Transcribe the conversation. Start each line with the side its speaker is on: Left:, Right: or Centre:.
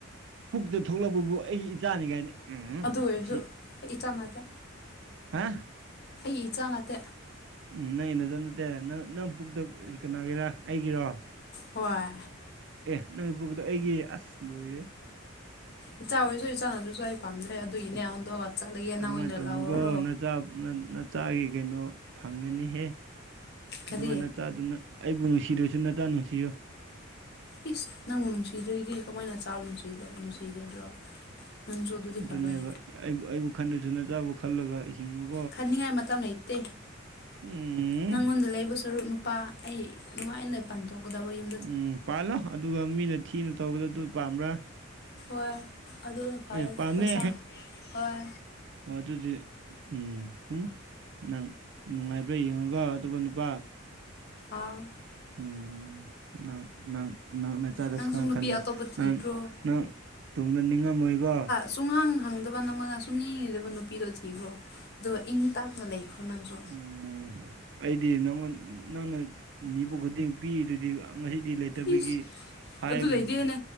Right: ꯄꯨꯛꯇ ꯊꯣꯛꯂꯛꯄꯕꯨ ꯑꯩꯒꯤ ꯏꯆꯥꯅꯤ ꯀꯥꯏꯅ ꯎꯝ
Left: ꯑꯗꯨ ꯑꯣꯏꯔꯁꯨ
Right: ꯑꯁꯤ
Left: ꯑꯩ ꯏꯆꯥꯥꯟꯅꯗꯦ
Right: ꯍꯥ
Left: ꯑꯩꯒꯤ ꯏꯆꯥ ꯅꯠꯇꯦ
Right: ꯎꯝ ꯅꯪ ꯅꯆꯥ ꯅꯠꯇꯦ ꯅꯪ ꯅꯪ ꯄꯨꯛꯇ ꯀꯅꯥꯒꯤꯔꯥ ꯑꯩꯒꯤꯔꯣ
Left: ꯍꯣꯏ
Right: ꯑꯦ ꯅꯪꯒꯤ ꯄꯨꯛꯇ ꯑꯩꯒꯤ ꯑꯁ ꯂꯣꯏꯔꯦ
Left: ꯏꯆꯥ ꯑꯣꯏꯁꯨ ꯏꯆꯥ ꯅꯠꯇꯔꯁꯨ ꯑꯩ ꯄꯥꯝꯗ꯭ꯔꯦ ꯑꯗꯨꯒꯤꯅꯦ ꯍꯟꯗꯣꯛꯑꯒ ꯆꯠꯂꯒꯦ ꯅꯪ
Right: ꯑꯗꯨꯃꯥꯏꯅ
Left: ꯑꯣꯏꯅ
Right: ꯇꯧꯅꯨꯀꯣ
Left: ꯂꯧꯍꯧꯔꯣ
Right: ꯅꯆꯥ ꯅꯆꯥꯒꯤ ꯀꯩꯅꯣ ꯐꯪꯒꯅꯤꯍꯦ ꯑꯗꯨꯃꯥꯏꯅ
Left: ꯀꯔꯤ
Right: ꯅꯆꯥꯗꯨꯅ ꯑꯩꯕꯨ ꯅꯨꯡꯁꯤꯗ꯭ꯔꯁꯨ ꯅꯆꯥ ꯅꯨꯡꯁꯤꯌꯣ
Left: ꯄꯤꯁ ꯅꯪꯕꯨ ꯅꯨꯡꯁꯤꯗ꯭ꯔꯔꯤꯗꯤ ꯀꯃꯥꯏꯅ ꯆꯥꯕ ꯅꯨꯡꯁꯤꯕꯣ ꯅꯨꯡꯁꯤꯒꯗ꯭ꯔꯣ ꯅꯪꯁꯨ ꯑꯗꯨꯗꯤ
Right: ꯑꯗꯨꯅꯦꯕ
Left: ꯈꯜꯂꯣꯏ
Right: ꯑꯩꯕꯨ ꯑꯩꯕꯨ ꯈꯟꯗꯁꯨ ꯅꯆꯥꯕꯨ ꯈꯜꯂꯒ ꯍꯤꯡꯉꯨ
Left: ꯈꯅꯤꯡꯉꯥꯏ ꯃꯇꯝ ꯂꯩꯇꯦ
Right: ꯎꯝ
Left: ꯅꯪꯉꯣꯟꯗ ꯂꯩꯕ ꯁꯔꯨꯛ ꯅꯨ ꯄꯥ ꯑꯩ ꯅꯨꯡꯉꯥꯏꯅ ꯄꯟꯊꯣꯛꯒꯗꯕ ꯌ
Right: ꯎꯝ ꯄꯥꯜꯂꯣ ꯑꯗꯨꯒ ꯃꯤꯅ ꯊꯤꯅ ꯇꯧꯕꯗ ꯑꯗꯨ ꯄꯥꯝꯕ꯭ꯔꯥ
Left: ꯍꯣꯏ ꯑꯗꯨ ꯐꯩ
Right: ꯑꯦ ꯄꯥꯝꯃꯦ
Left: ꯄꯩꯁꯥ ꯍꯣꯏ
Right: ꯑꯗꯨꯗꯤ ꯎꯝ ꯎꯝ ꯅꯪ ꯅꯨꯡꯉꯥꯏꯕ꯭ꯔꯥ ꯌꯦꯡꯉꯒ ꯑꯇꯣꯞ ꯅꯨꯄꯥ
Left: ꯑꯥ
Right: ꯎꯝ ꯅꯪ ꯅꯪ ꯅꯪꯅ ꯆꯥꯔꯁꯨ
Left: ꯅꯪꯁꯨ
Right: ꯀꯅ
Left: ꯅꯨꯄꯤ
Right: ꯈꯟꯗꯦ
Left: ꯑꯇꯣꯞꯄ ꯊꯤꯈ꯭ꯔꯣ
Right: ꯅꯪ ꯅꯪ ꯇꯨꯡꯗ ꯅꯤꯡꯉꯝꯃꯣꯏꯀꯣ
Left: ꯁꯨꯡꯍꯥꯡ ꯍꯥꯡꯗꯕ ꯅꯪꯉꯣꯟꯗ ꯁꯨꯡꯅꯤ ꯅꯤꯗꯕ ꯅꯨꯄꯤꯗꯣ ꯊꯤꯈ꯭ꯔꯣ ꯑꯗꯨꯒ ꯏꯪ ꯇꯞꯅ ꯂꯩ ꯌꯣ ꯅꯪꯁꯨ
Right: ꯎꯝ ꯑꯩꯗꯤ ꯅꯉꯣꯟ ꯅꯪꯅ ꯅꯤꯕ ꯈꯨꯗꯤꯡ ꯄꯤꯗꯨꯗꯤ ꯉꯁꯤꯗꯤ ꯂꯩꯇꯕꯒꯤ
Left: ꯏꯁ
Right: ꯍꯥꯏꯕꯅꯤꯅꯦ
Left: ꯑꯗꯨ ꯂꯩꯇꯦ ꯍꯥꯢꯅ